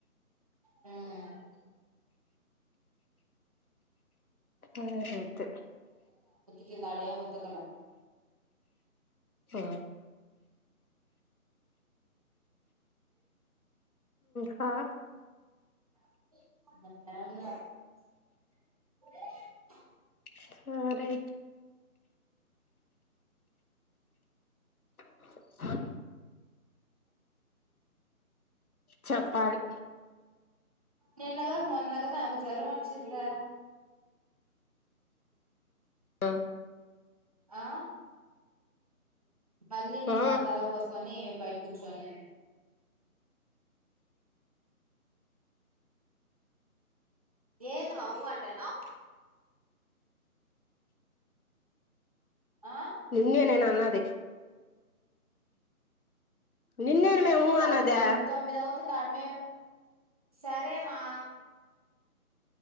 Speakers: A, on the right (about 25°); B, on the left (about 70°).
A: హుమ్
B: ఆ అయితే
A: కింది ఆడ ఏం వితకల
B: ఆ హా
A: మ సే
B: సరే అ చెప్పాలి
A: నిన్నగాక మొన్న కద నాకు జ్వరం వచ్చిందా
B: ఆ
A: ఆ మళ్ళీ నిన్న
B: ఆ
A: తలకు పోసుకొని బయటకు కూర్చోనును ఏంది మా ఊ అంటన్నావ్ ఆ
B: నిన్నే నేను అన్నది నిన్నేను మేము ఊ
A: రాత్రి
B: అన్నదా
A: తొమ్మిది అవుతుంది <unintelligible> సరేమా